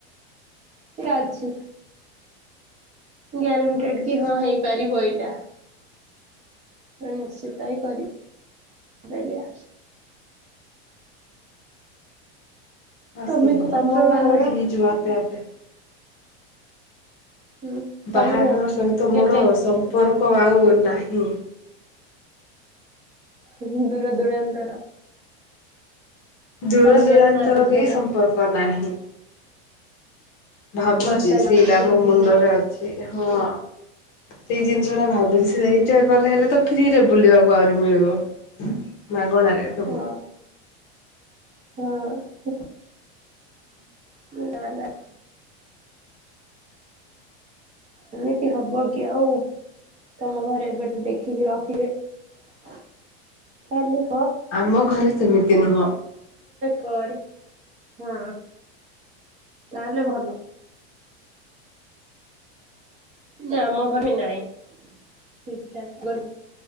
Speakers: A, on the right; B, on the left.
A: ସେ ଅଛି। ଗ୍ୟାରେଣ୍ଟେଡ କି ହଁ ହେଇପାରିବ ଏଇଟା। ନିଶ୍ଚିତ ହିଁ କରିପାରିବା।
B: ହଁ
A: ତମେ
B: ସେଇଟା
A: କୁହ ତମ
B: ତ
A: ବାହାଘର
B: ହେଇଯିବ ଆପେ ଆପେ।
A: ହୁଁ ତମେ
B: ବାହାଘର
A: କୁହ
B: ସହିତ
A: କେବେ
B: ମୋର ସମ୍ପର୍କ ଆଉ ନାହିଁ।
A: ବହୁ ଦୂର ଦୁରାନ୍ତର
B: ଦୂର
A: ସନ୍ୟାସୀ
B: ଦୂରାନ୍ତର
A: ମାତା ଝିଅ
B: ବି
A: ହବ।
B: ସମ୍ପର୍କ ନାହିଁ। <inaudible> ଭାବୁଛି
A: ମାତା
B: ସେଇଟା
A: ଝିଅ
B: ଆମ
A: ବୁଲିବ
B: ମୁଣ୍ଡରେ ଅଛି ହଁ ସେଇ ଜିନିଷ ଟା ଭାବିଛି। ସେଇଟା ଗଲେ ହେଲେ ତ ଫ୍ରିରେ ବୁଲିବାକୁ ଆହୁରି ମିଳିବ ମାଗଣାରେ ସବୁ।
A: ହଁ ହଁ। ନା ନା। ଏମିତି ହବ କି ଆଉ ତମ ଘରେ ଏବେଠୁ ଦେଖିକି ରଖିଲେନି ହେଲେ
B: ଆମ ଘରେ ସେମିତି ନୁହଁ।
A: ପରେ ହଁ ତାହେଲେ ଭଲ। ନା ଆମ ଘର ବି ନାଇଁ ଠିକ ଠାକ ଆଗ